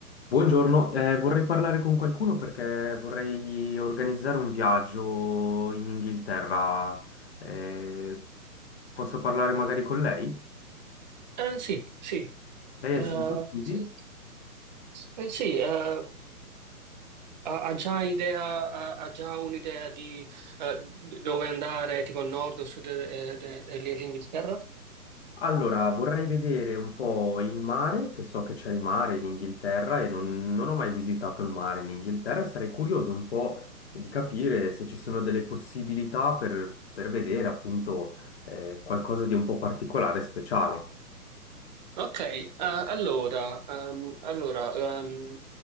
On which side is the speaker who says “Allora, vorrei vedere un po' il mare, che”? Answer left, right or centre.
Left